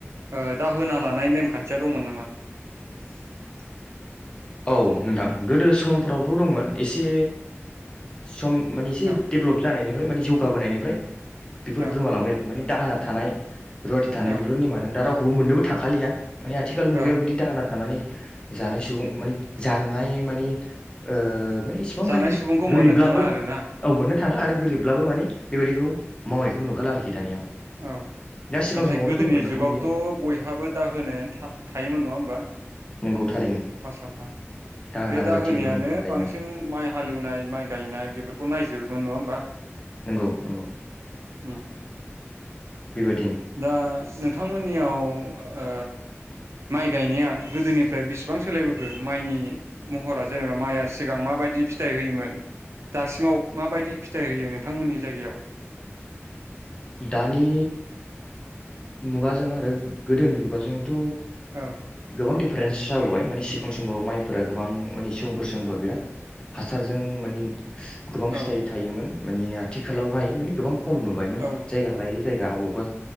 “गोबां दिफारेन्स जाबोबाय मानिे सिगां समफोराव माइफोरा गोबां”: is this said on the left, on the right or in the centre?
Left